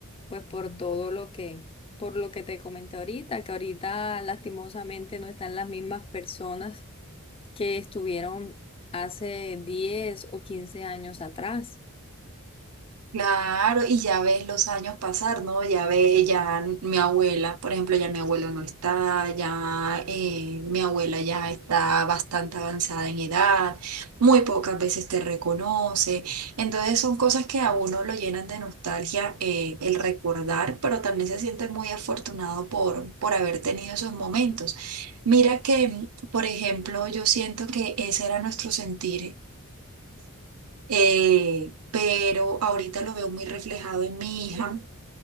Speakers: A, on the left (about 25°); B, on the right (about 75°).
A: pues por todo lo que, por lo que te comenté ahorita, que ahorita lastimosamente no están las mismas personas que estuvieron hace 10 o 15 años atrás.
B: Claro, y ya ves los años pasar, ¿no? Ya ve, ya mi abuela, por ejemplo, ya mi abuelo no está, ya eh, mi abuela ya está bastante avanzada en edad, muy pocas veces te reconoce. Entonces son cosas que a uno lo llenan de nostalgia eh, el recordar, pero también se siente muy afortunado por, por haber tenido esos momentos. Mira que, mm, por ejemplo, yo siento que ese era nuestro sentir eh, pero ahorita lo veo muy reflejado en mi hija,